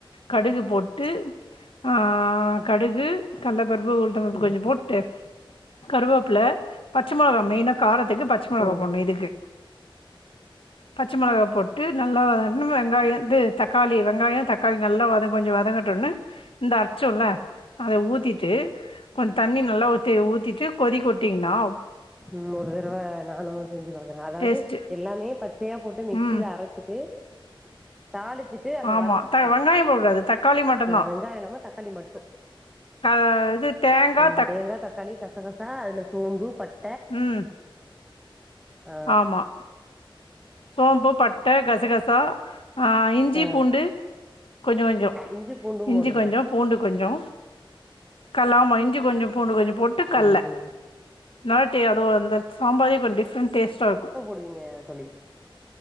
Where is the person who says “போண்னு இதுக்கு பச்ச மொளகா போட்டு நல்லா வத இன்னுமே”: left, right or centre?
Left